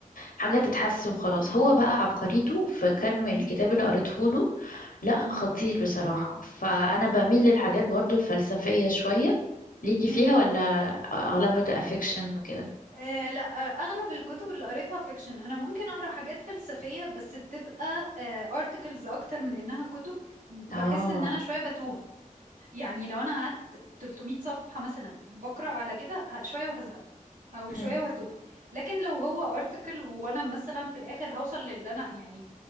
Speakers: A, on the left; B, on the right.
A: حاجة تتحس وخلاص هو بقى عبقريته في كم الكتاب
B: <laughs>
A: اللي قريته له لا
B: مم.
A: خطير بصراحة فأنا بميل للحاجات برضو الفلسفية شوية ليكي
B: مم.
A: فيها ولا أغلبها تبقى فيكشن وكده
B: آه لا آه، اغلب الكتب اللي قريتها فيكشن انا ممكن اقرا حاجات فلسفيه بس بتبقى ارتكلز اكتر من انها كتب بحس
A: اه
B: ان انا شويه بتوه يعني لو انا قعدت 300 صفحه مثلا بقرا على كده ه- شويه وهزهق او شويه
A: مم.
B: وهتوه لكن لو هو ارتكل وانا مثلا في الاخر هوصل للي انا يعني